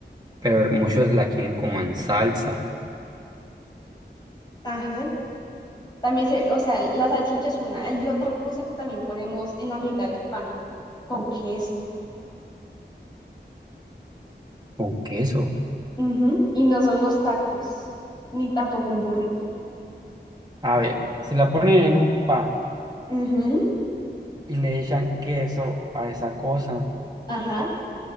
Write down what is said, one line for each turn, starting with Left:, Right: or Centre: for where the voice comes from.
Right: pero muchos la quieren como en salsa.
Left: Ajá. También se, o sea, la salchicha es una. Hay otra cosa que también ponemos en la mitad del pan, con queso.
Right: Con queso.
Left: Ujú, Y no son los tacos, ni tampoco un burrito.
Right: A ver, si la ponen en un pan
Left: Ujú,
Right: y le echan queso a esa cosa,
Left: Ajá.